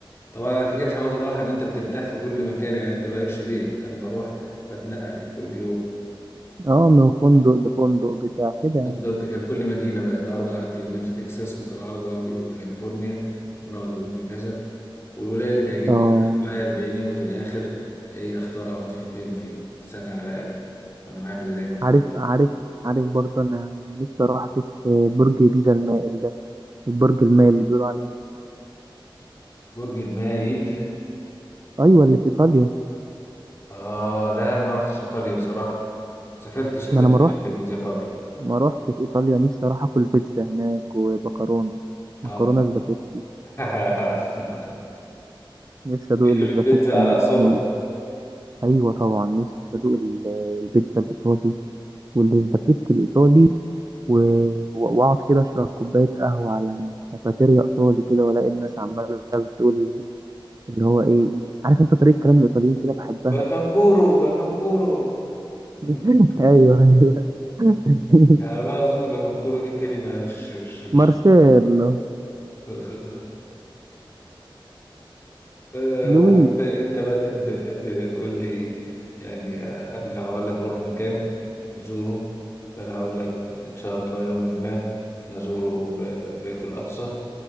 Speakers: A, on the left; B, on the right.
A: طبعا انا كده كده مش عاوز راحه ان انت بترتاح في كل مكان يعني انت مالكش بيت انا بروح بتنقل في كل يوم
B: اه من فندق لفندق بتاع كده
A: بالظبط
B: يعني.
A: كده في كل مدينه بقى النهارده قعدت يومين في تكساس بكره اقعد اقعد يومين في كاليفورنيا بكره اقعد يومين في كذا والولايه اللي تعجبني
B: اه
A: أقعد معايا 40 يوم في الاخر ايه اختار اقعد في فين فيهم سنه على الاقل وانا معايا ميزانيه مفتوحه
B: عارف عارف عارف برضه انا نفسي اروح اشوف برج بيزا المائل ده البرج المائل اللي بيقولوا عليه
A: برج المايل
B: ايوه اللي في ايطاليا
A: اه لا انا ما رحتش ايطاليا بصراحه ما سافرتش الى
B: ما انا
A: إيطاليا
B: ما روحتش
A: من ذي قبل
B: ما روحتش ايطاليا نفسي اروح اكل بيتزا هناك ومكرونه مكرونه
A: اه
B: سباكيتي
A: <laughs>
B: نفسي ادوق السباكيتي
A: البيتزا
B: من,
A: على اصولها
B: من ايوه طبعا نفسي ادوق ال- البيتزا الايطالي والسباكيتي الايطالي و- واقعد كده اشرب كوبايه قهوه على كافيتيريا ايطالي كده والاقي الناس عماله بتقول اللي هو ايه عارف انت طريقه كلام الايطاليين كده بحبها
A: بلفنكورو بلفنكورو <laughs>
B: <laughs> ايوه ايوه <laughs>
A: يعني بقى اظن بلفنكورو دي كلمه مش مش مش
B: مارسيلو
A: <laughs> آه،
B: لويج
A: انت انت بقى تحب تحب تقول لي يعني آه، انا لو هقول لك روح مكان زوره فانا هقول لك ان شاء الله يوما ما نزور ب- ب- بيت الاقصى